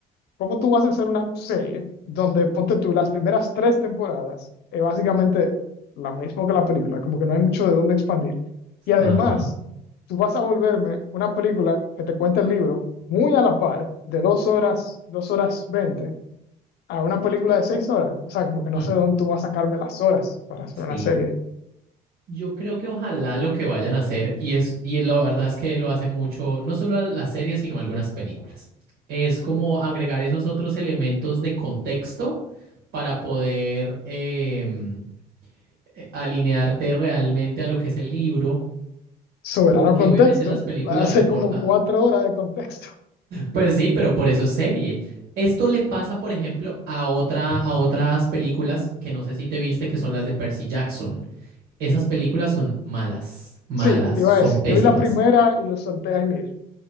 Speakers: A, on the left; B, on the right.
A: cómo tú vas a hacer una serie donde ponte tú las primeras tres temporadas, es básicamente lo mismo que la película, como que no hay mucho de dónde expandir. Y además,
B: Ajá.
A: tú vas a volverme una película que te cuenta el libro muy a la par, de dos horas, dos horas veinte, a una película de seis horas. O sea, como que no
B: Mm,
A: sé de dónde tú vas a sacarme las horas para hacer
B: Sí,
A: una serie.
B: yo creo que ojalá lo que vayan a hacer, y es, y la verdad es que lo hacen mucho, no solo a las series, sino a algunas películas. Es como agregar esos otros elementos de contexto para poder em, eh, alinearte realmente a lo que es el libro,
A: Soberano
B: porque
A: contexto,
B: obviamente las películas
A: hace
B: reportan.
A: como cuatro horas de contexto. <laughs>
B: Pues sí, pero por eso es serie. Esto le pasa, por ejemplo, a otra, a otras películas que no sé si te viste, que son las de Percy Jackson. esas películas son malas, malas,
A: Sí, te
B: son
A: iba a decir,
B: pésimas.
A: yo vi la primera y lo solté ahí mismo.